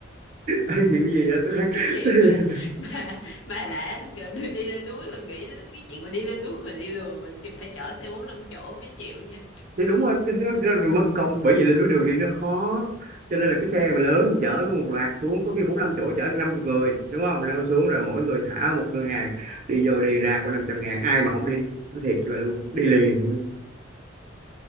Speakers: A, on the right; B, on the left.
A: Ê, kiểu gì vậy tôi đang
B: cái gì
A: <laughs>
B: mà mà mà đã gọi đi, đi lên núi mà nghĩ đến cái chuyện mà đi lên núi mà đi lùa mà thì phải chở xe 45 chỗ mới chịu nha
A: thì đúng rồi thì nó ra mất công bởi vì lên núi đường đi nó khó cho nên là cái xe mà lớn chở luôn một loạt xuống có khi bốn năm chỗ chở được năm chục người đúng không lên xuống rồi mỗi người thả ở một ngân hàng đi vô đi ra có năm trăm ngàn ai mà không đi nó thiệt cho bà luôn đi liền luôn